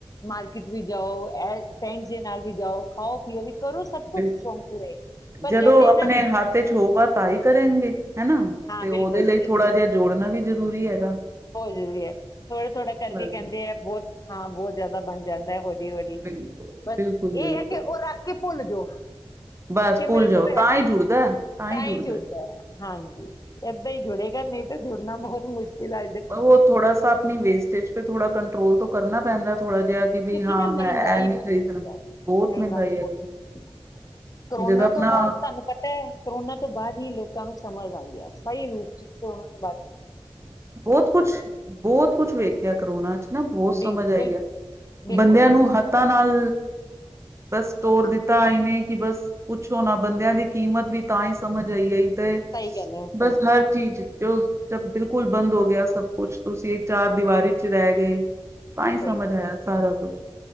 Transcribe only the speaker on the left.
ਮਾਰਕੀਟ ਵੀ ਜਾਓ ਫਰੈਂਡਸ ਦੇ ਨਾਲ ਵੀ ਜਾਓ ਖਾਓ -ਪੀਓ ਵੀ। ਕਰੋ ਸਭ ਕੁਛ
ਸ਼ੌਂਕ ਪੂਰੇ ਪਰ
ਕਹਿੰਦੇ ਆ
ਨਾ
ਹਾਂ
ਬਿਲਕੁਲ
ਬਹੋ ਜਰੂਰੀ ਏ, ਥੋੜ੍ਹਾ ਥੋੜ੍ਹਾ ਕਰਕੇ
ਕੈੰਦੇ ਐ ਬਹੋਤ ਹਾਂ ਬਹੋਤ ਜਿਆਦਾ ਬਣ ਜਾਂਦਾ ਏ
ਬਸ'
ਇ ਹੈ ਕਿ ਓਹ ਰੱਖ ਕੇ ਭੁੱਲ ਜੋ,
ਕੇ ਮੇਰੇ
ਕੋਲ
ਹੈ ਕੇ।,
ਤਾਂ ਹੀ ਜੁੜਦਾ
‌ਏ। ਹਾਂਜੀ ਏਦਾ ਈ ਜੁੜੇਗਾ ਨੀ ਤੇ ਜੁੜਨਾ ਬਹੁਤ ਮੁਸ਼ਕਿਲ ਏ।
ਕਿਓੰਕਿ
ਨਾ
ਮਹਿੰਗਾਈ
ਬਹੋਤ
ਹੈਤੀ ਹੈ,
ਮਹਿੰਗਾਈ
ਬਹੋਤ ਹੋਤੀ ਏ, ਕਰੋਨਾ
ਤੋਂ ਬਾਦ ਧੋਨੂੰ ਪੱਤਾ ਏ ਕਰੋਨਾ ਤੋਂ ਬਾਦ ਹੀ ਲੋਕਾਂ ਨੂੰ ਸਮਝ ਆਈ ਏ। ਸਹੀ ਰੂਪ ਚ ਕਰੋਨਾ ਤੋ ਲਗ
ਬਿਲ-
ਬਿਲਕੁਲ
ਬਿਲਕੁਲ
ਬਿਲਕੁਲ
ਹਾਂ
ਸਹੀ ਗੱਲ ਹੈ
ਸਹੀ ਗੱਲ
ਸਹੀ ਗੱਲ